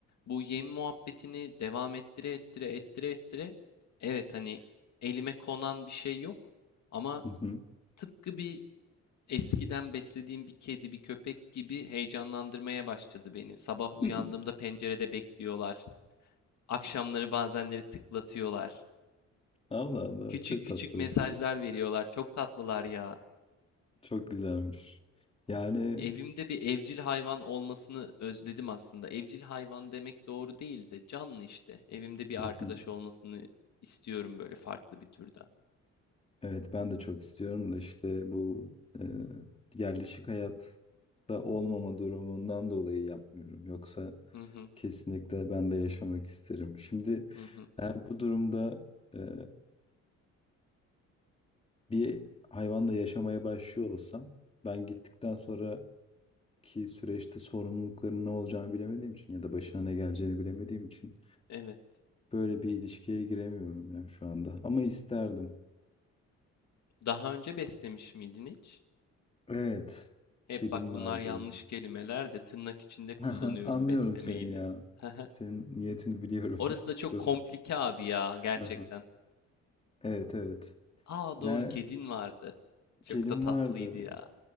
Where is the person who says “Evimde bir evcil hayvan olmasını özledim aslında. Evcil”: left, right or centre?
Left